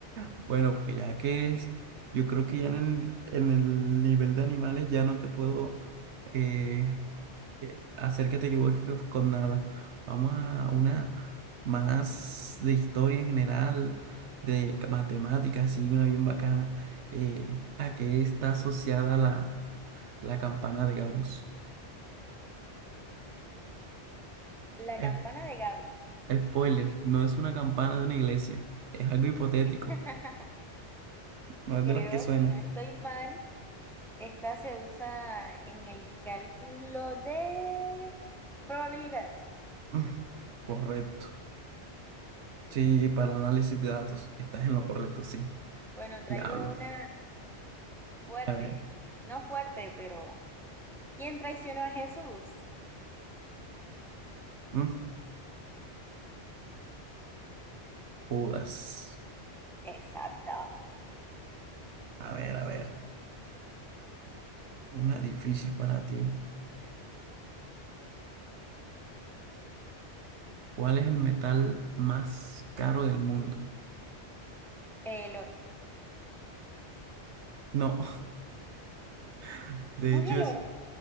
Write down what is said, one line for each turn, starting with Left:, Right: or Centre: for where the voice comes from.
Right: Bueno, pues ya que es, yo creo que ya en el, en el nivel de animales ya no te puedo eh, eh, hacer que te equivoques con nada. Vamos a una más de historia en general, de ca- matemáticas, así, una bien bacana. Eh, ¿a qué está asociada la, la campana de Gauss?
Centre: La
Right: Es-
Centre: campana de Gauss.
Right: spoiler, no es una campana de una iglesia, es algo hipotético,
Centre: <laughs>
Right: no es
Centre: Creo,
Right: de las que suena.
Centre: si no estoy mal, esta se usa en el cálculo de probabilidades.
Right: <laughs> Correcto. Sí, para el análisis de datos. Estás en lo correcto, sí.
Centre: Bueno, traigo
Right: Diablo.
Centre: una fuerte,
Right: A ver.
Centre: no fuerte, pero ¿quién traicionó a Jesús?
Right: mm, Judas.
Centre: Exacto,
Right: A ver, a ver. Una difícil para ti. ¿Cuál es el metal más caro del mundo?
Centre: el oro.
Right: No, <laughs> de
Centre: No
Right: hecho
Centre: es el
Right: es,
Centre: oro.